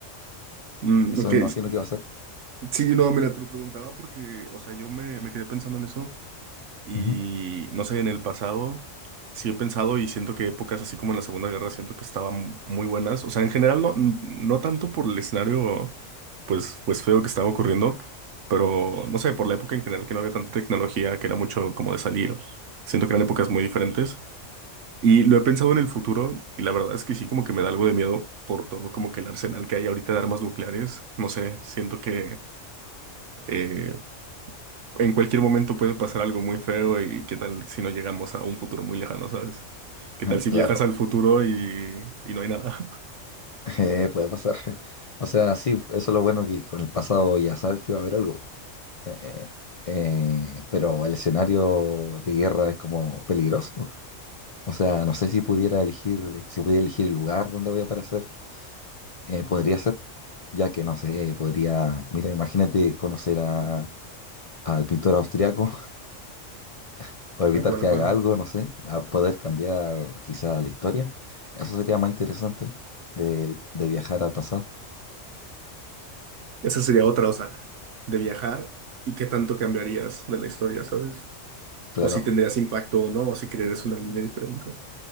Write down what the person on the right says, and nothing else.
Mm,
ok.
Sí, no, mira, te lo preguntaba porque, o sea, yo me, me quedé pensando en eso Y
no sé, en el pasado sí he pensado y siento que épocas así como en la Segunda Guerra siento que estaban muy buenas. O sea, en general no, no tanto por el escenario pues, pues feo que estaba ocurriendo, pero no sé, por la época en general que no había tanta tecnología, que era mucho como de salir. Siento que eran épocas muy diferentes. Y lo he pensado en el futuro y la verdad es que sí como que me da algo de miedo por todo como que el arsenal que hay ahorita de armas nucleares. No sé, siento que... eh, en cualquier momento puede pasar algo muy feo y qué tal si no llegamos a un futuro muy lejano, ¿sabes? ¿Qué
tal si
viajas al futuro y, y no hay nada?
<laughs>
¿A cuál,
a cuál?
Esa sería otra, o sea, de viajar y qué tanto cambiarías de la historia, ¿sabes?
O si tendrías impacto o no, o si creerías una línea diferente.